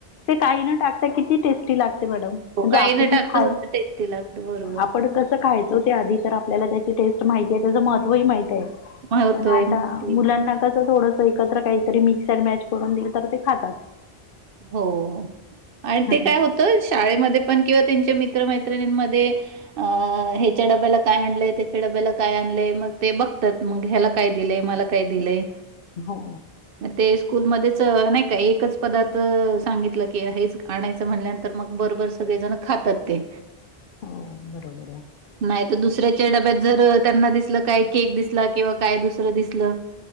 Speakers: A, on the left; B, on the right.
A: ते काही न टाकता किती टेस्टी लागते मॅडम? म्हणजे
B: हो, काही
A: आपली
B: न टाकता
A: खाय
B: सुद्धा टेस्टी लागतं. बरोबर.
A: आपण कस? खायचं ते आधी तर आपल्याला त्याची टेस्ट, माहिती आहे, त्याचं महत्वही माहित आहे.
B: महत्व
A: पण
B: आहे
A: आता
B: माहिती.
A: मुलांना कस थोडस? एकत्र काहीतरी मिक्सड मॅच करून दिल तर ते खातात.
B: हो आणि
A: हा
B: ते काय
A: हा
B: होत? तूच शाळेमध्ये पण किंवा त्यांच्या मित्रमैत्रिणींमध्ये अ ह्याच्या डब्याला काय आणलंय? त्याच्या डब्याला काय आणलंय? मग ते बघतात मग ह्याला काय दिलेय मला? काय दिलंय?
A: हो.
B: मग ते स्कूलमध्येध्येच नाही का एकच पदार्थ? सांगितलं की हेच आणायचं म्हणल्यानंतर मग बरबर सगळे जण खातात ते
A: हो बरोबर आहे.
B: नाही तर दुसऱ्याच्या डब्यात, जर त्यांना दिसलं काय? केक दिसला किंवा काय दुसरं दिसलं